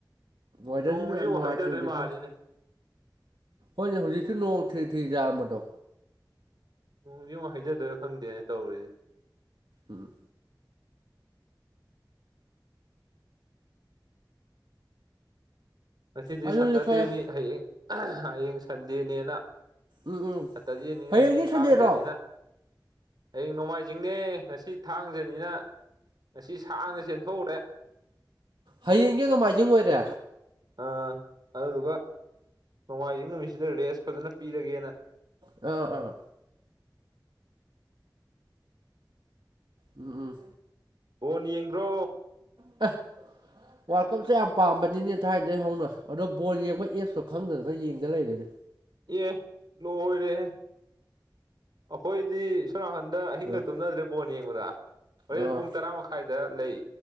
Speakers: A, on the right (about 75°); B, on the right (about 60°).
A: ꯋꯦꯗꯔꯁꯤꯅ
B: ꯅꯣꯡꯁꯤ
A: ꯌꯥꯝ
B: ꯑꯃꯨꯛ
A: ꯅꯨꯡꯉꯥꯏꯇꯦ
B: ꯍꯩꯊꯗꯣꯏ
A: ꯍꯧꯖꯤꯛꯀꯥꯟꯁꯦ
B: ꯃꯥꯜꯂꯤꯅꯤ
A: ꯍꯣꯏꯅꯦ ꯍꯧꯖꯤꯛꯁꯨ ꯅꯣꯡ ꯊꯤꯔꯤ ꯊꯤꯔꯤ ꯌꯥꯔꯝꯕꯗꯣ
B: ꯅꯣꯡꯗꯤ ꯑꯃꯨꯛ ꯍꯩꯖꯗꯣꯏꯔꯥ ꯈꯪꯗꯦꯅ ꯇꯧꯔꯤꯁꯦ
A: ꯎꯝ
B: ꯉꯗꯤ
A: ꯑꯗꯨꯅꯤ
B: ꯁꯇꯔꯗꯦꯅꯤ
A: ꯈꯔ
B: ꯍꯌꯦꯡ ꯍꯌꯦꯡ ꯁꯟꯗꯦꯅꯦꯅ
A: ꯎꯝ ꯎꯝ
B: ꯁꯠꯇ ꯌꯦꯅꯤ
A: ꯍꯌꯦꯡꯗꯤ
B: ꯉꯁꯤ
A: ꯁꯟꯗꯦꯔꯣ
B: ꯊꯥꯡꯖꯅꯤꯅ ꯍꯌꯦꯡ ꯅꯣꯡꯃꯥꯏꯖꯤꯡꯅꯦ ꯉꯁꯤ ꯊꯥꯡꯖꯅꯤꯅ ꯉꯁꯤ ꯁꯥꯡꯅ ꯆꯦꯟꯊꯣꯛꯎꯔꯦ
A: ꯍꯌꯦꯡꯒꯤ ꯅꯣꯡꯃꯥꯏꯖꯤꯡ ꯑꯣꯏꯔꯦ
B: ꯑꯥ ꯑꯗꯨꯗꯨꯒ ꯅꯣꯡꯃꯥꯏꯖꯤꯡ ꯅꯨꯃꯤꯠꯁꯤꯗ ꯔꯦꯁ ꯐꯖꯅ ꯄꯤꯔꯒꯦꯅ
A: ꯑ ꯑꯥ ꯎꯝ ꯎꯝ
B: ꯑꯣ ꯌꯦꯡꯕ꯭ꯔꯣ
A: ꯑ ꯋꯥꯔꯜ ꯀꯞꯁꯦ ꯌꯥꯝ ꯄꯥꯝꯕꯅꯤꯅꯦ ꯊꯥꯏꯅꯗꯒꯤ ꯍꯧꯅ ꯑꯗꯣ ꯕꯣꯜ ꯌꯦꯡꯕ ꯑꯦꯞꯁꯇꯣ ꯈꯪꯗꯗꯅ ꯌꯦꯡꯗ ꯂꯩꯔꯦꯅꯦ
B: ꯑꯦ ꯂꯣꯏꯔꯦ ꯑꯩꯈꯣꯏꯗꯤ ꯁꯣꯝꯅꯥꯀꯟꯗ ꯑꯍꯤꯡꯒ
A: ꯑꯥ
B: ꯇꯨꯝꯅꯗ꯭ꯔꯦ ꯕꯣꯣꯟ ꯌꯦꯡꯕꯗ ꯍꯣꯔꯦꯟ
A: ꯑꯥ
B: ꯄꯨꯡ ꯇꯔꯥ ꯃꯈꯥꯏꯗ ꯂꯩ